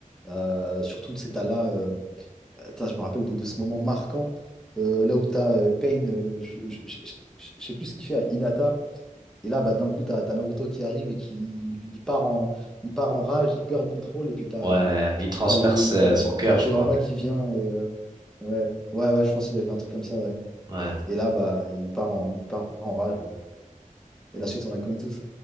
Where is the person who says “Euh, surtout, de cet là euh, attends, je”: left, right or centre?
Centre